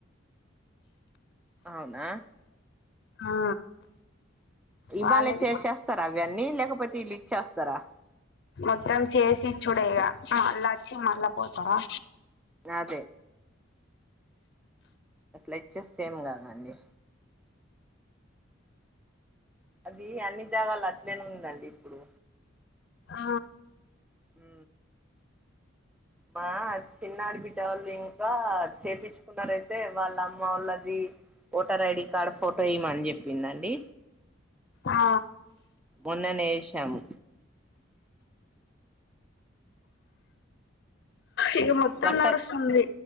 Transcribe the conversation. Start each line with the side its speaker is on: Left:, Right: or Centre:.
Centre: అవునా
Left: ఆ
Centre: ఇవ్వలే
Left: వాళ్ళే
Centre: చేసేస్తారా అవన్నీ లేకపోతే వీళ్ళు ఇచ్చేస్తారా
Left: మొత్తం చేసి ఇచ్చుడే ఇగా మళ్ళా వచ్చి మళ్ళ పోతారా
Centre: అదే అట్లా ఇచ్చేస్తే ఏమ్ కాదండి అది అన్ని జాగాల అట్లేనే ఉందండి. ఇప్పుడు
Left: ఆ
Centre: హ్ మా చిన్నా ఆడి బిడ్డే వాళ్ళు ఇంకా చేపించు చూకున్నారయితే వాళ్ళ అమ్మ వాళ్ళది ఓటర్ ఐడి కార్డు ఫోటో ఇయ్యమని చెప్పిందండి.
Left: ఆ
Centre: మొన్ననే వేసాము
Left: ఇగా మొత్తం
Centre: బట్టర్
Left: నాడుస్తుంది